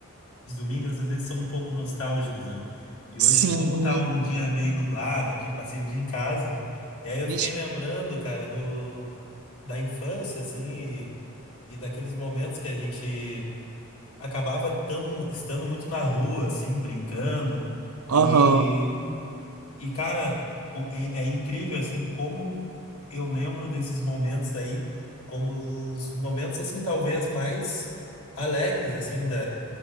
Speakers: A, on the left; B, on the right.
A: Os domingos às vezes são um pouco nostálgicos, né? E hoje,
B: Sim.
A: como tá um dia meio nublado aqui, passei o dia em casa. E aí eu fiquei
B: Vixe.
A: lembrando, cara, do, da infância, assim, e, e daqueles momentos que a gente acabava tando mu- estando muito na rua, assim, brincando.
B: Aham.
A: E. E, cara, co- é, é incrível, assim, como eu lembro desses momentos aí, como os momentos, assim, talvez mais alegres, assim, da,